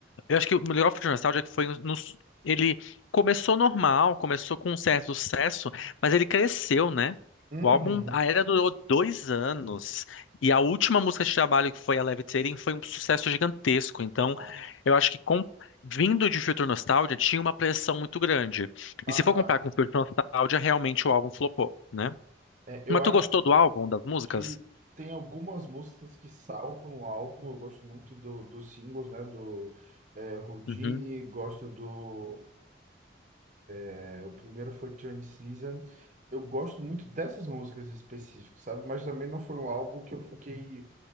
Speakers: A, on the left; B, on the right.
A: eu acho que o Melhor Future Nostalgia é que foi nos- ele começou normal, começou com um certo sucesso, mas ele cresceu, né?
B: Uhum,
A: O álbum, a era durou dois anos e a última música de trabalho que foi a Levitating foi um sucesso gigantesco. Então,
B: nossa.
A: eu acho que com- vindo de Future Nostalgia tinha uma pressão muito grande.
B: Aham.
A: E se for comparar com Future Nostalgia, realmente o álbum flopou, né?
B: É, eu
A: Mas
B: acho
A: tu gostou do álbum, das músicas?
B: que tem algumas músicas que salvam o álbum. Eu gosto muito do, dos singles, né? Do é, Houdini,
A: Uhum.
B: gosto do. é, o primeiro foi Train Season. Eu gosto muito dessas músicas específicas, sabe? Mas também não foi um álbum que eu fiquei.